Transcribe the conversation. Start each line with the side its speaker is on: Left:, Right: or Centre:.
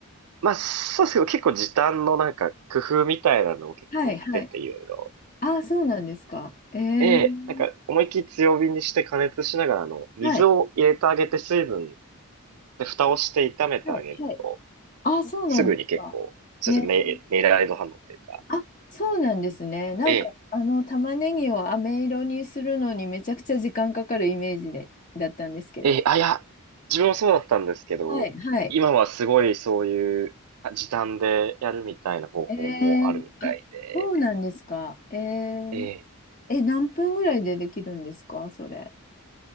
Right: まあそうですけど結構時短のなんか工夫みたいなのも結構載ってていろいろ。
Left: はい、はい。ああ、そうなんですか。えー、
Right: ええ、なんか思いっきり強火にして加熱しながらあの、水を入れてあげて水分
Left: はい、
Right: で、蓋をして炒めてあげると、
Left: はい、はい。ああ、そうなんですか。
Right: すぐに結構、そうですね、
Left: えー
Right: メイラード反応っていうか、
Left: あ、そうなんですね。なんか、
Right: ええ、
Left: あの、玉ねぎを飴色にするのにめちゃくちゃ時間かかるイメージで、だったんですけど。
Right: ええ、あ、いや、自分もそうだったんですけど、
Left: はい、はい。
Right: 今はすごいそういうあ時短でやるみたいな方法もあるみたいで、
Left: えー、あ、そうなんですか。えー、
Right: ええ、
Left: え、何分ぐらいでできるんですか、それ。